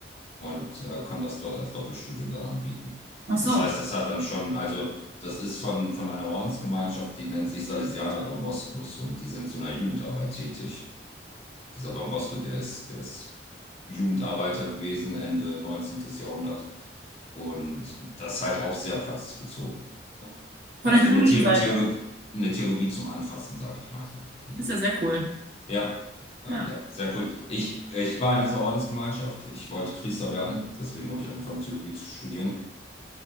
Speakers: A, on the left (about 35°); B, on the right (about 60°).
A: und äh, können das dort als Doppelstudium dann anbieten.
B: Ach
A: Das
B: so.
A: heißt, es hat dann schon, also das ist von, von einer Ordensgemeinschaft, die nennen sich Salesianer Don Boscos und die sind so einer Jugendarbeit tätig. Dieser Don Bosco, der ist, der ist Jugendarbeiter gewesen, Ende neunzehntes Jahrhundert. Und das ist halt auch sehr praxisbezogen. Ne?
B: Von
A: Also
B: der katholischen
A: so eine Theolo
B: Seite.
A: Theolo
B: auch.
A: eine Theologie zum Anfassen, sag ich mal so. Im-
B: Das ist ja sehr cool.
A: ja, ähm,
B: Ja.
A: ja, sehr cool. Ich, ich war in dieser Ordensgemeinschaft. Ich wollte Priester werden. Deswegen habe ich angefangen, Theologie zu studieren.